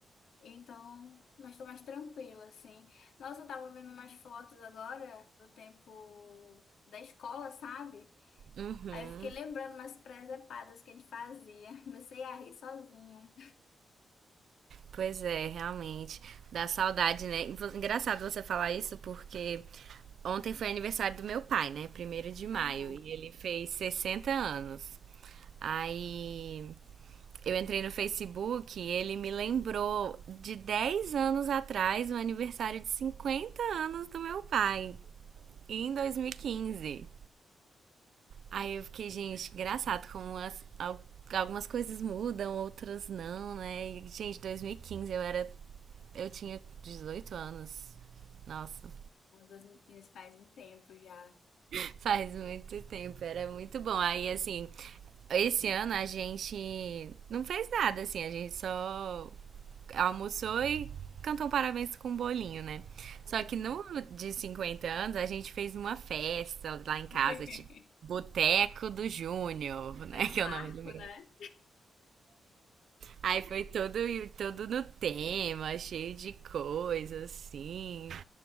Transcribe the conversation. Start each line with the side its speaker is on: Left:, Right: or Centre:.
Left: então, mas tô mais tranquila, assim. Nossa, eu tava vendo umas fotos agora do tempo da escola, sabe?
Right: Uhum.
Left: Aí eu fiquei lembrando umas presepadas que a gente fazia. <laughs> Comecei a rir sozinha.
Right: Pois é, realmente. Dá saudade, né? Engraçado você falar isso porque ontem foi aniversário do meu pai, né? Primeiro de maio.
Left: Aham,
Right: E ele fez 60 anos. Aí eu entrei no Facebook e ele me lembrou de 10 anos atrás o aniversário de 50 anos do meu pai, em 2015. Aí eu fiquei, gente, engraçado como as- algumas coisas mudam, outras não, né? E, gente, 2015 eu era. Eu tinha 18 anos. Nossa.
Left: 2015 faz um tempo já.
Right: <laughs> Faz muito tempo, era muito bom. Aí, assim, esse ano a gente não fez nada, assim, a gente só almoçou e cantou parabéns com um bolinho, né?
Left: Sim.
Right: Só que no de 50 anos a gente fez uma festa lá em casa,
Left: <laughs>
Right: tipo, Boteco do Júnior, né?
Left: Foi um
Right: Que
Left: marco,
Right: é o nome do meu
Left: né?
Right: Aí foi todo, todo no tema, cheio de coisa, assim.